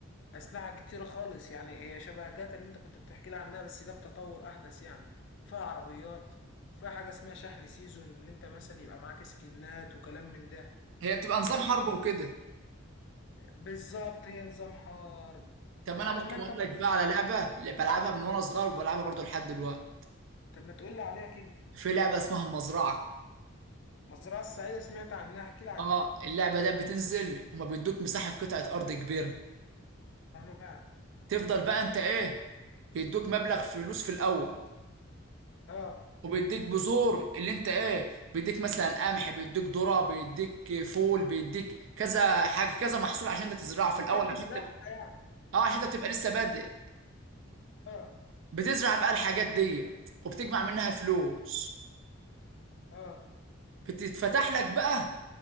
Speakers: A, on the left (about 55°); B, on the right (about 65°).
A: أسلحة كتيرة خالص يعني هي شبه جاتا اللي أنت كنت بتحكي لي عنها بس ده بتطور أحدث يعني فيها عربيات فيها حاجة اسمها شحن سيزون اللي أنت مثلا يبقى معاك سكنات وكلام من ده
B: هي بتبقى
A: أنت
B: نظام
A: فاهم
B: حرب وكده
A: بالظبط هي نظام حرب
B: طب
A: أنت
B: انا ممكن
A: ما أنت
B: اقول
A: مصري
B: لك بقى على
A: أهو.
B: لعبه اللي بلعبها من وانا صغير وبلعبها برضو لحد دلوقتي
A: طب ما تقول لي عليها كده
B: في لعبه اسمها المزرعه
A: مزرعة السعيدة سمعت عنها احكي لي عنها
B: اه اللعبه دي بتنزل هما بيدوك مساحه قطعه ارض كبيره
A: فاهمها
B: تفضل بقى انت ايه بيدوك مبلغ فلوس في الاول
A: أه
B: وبيديك بذور اللي انت ايه بيديك مثلا قمح بيديك ذره بيديك فول بيديك كذا حاجه كذا محصول عشان انت تزرعه في الاول
A: حاجات تزرعها
B: عشان تبقى
A: يعني
B: اه عشان انت تبقى لسه بادئ
A: أه
B: بتزرع بقى الحاجات ديت وبتجمع منها فلوس
A: أه
B: بتتفتح لك بقى